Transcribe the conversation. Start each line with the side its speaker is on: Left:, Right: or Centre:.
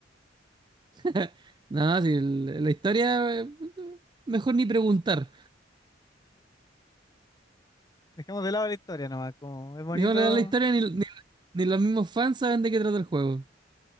Right: <laughs> Nada, si el- la historia, eh, mejor ni preguntar.
Left: Dejemos de lado la historia nomás, como es bonito.
Right: Digámosle a la historia, ni, ni, ni los mismos fans saben de qué trata el juego.